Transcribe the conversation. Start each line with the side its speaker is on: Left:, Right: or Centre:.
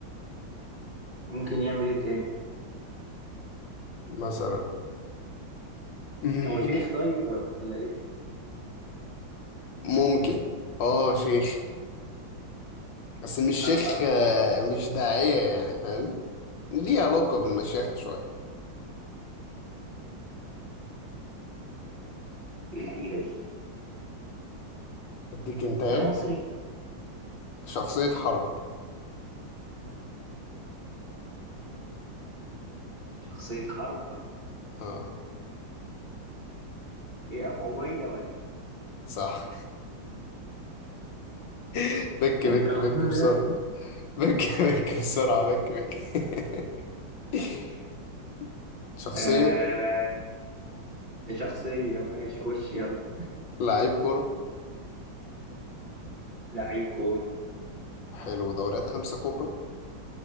Right: ممكن يعمل ايه تاني
Left: مثلا <laughs>
Right: هو شيخ طيب ولا ايه
Left: ممكن اه شيخ بس مش شيخ
Right: الله
Left: آه، مش داعية يعني فاهم ليه علاقة بالمشيخة شوية
Right: ايه الحيرة دي
Left: اديك انت ايه
Right: ده مصري
Left: شخصية حرب
Right: شخصية حرب
Left: اه
Right: ايه ابو عبيدة ولا ايه
Left: صح <laughs> بك بك
Right: انت مجنون
Left: بك بسرعة
Right: رسمي
Left: بك بك بسرعة بك بك <laughs> شخصية
Right: آه شخصية ماشي خش يلا
Left: لعيب كرة
Right: لعيب كورة
Left: حلو دوريات خمسة كبرى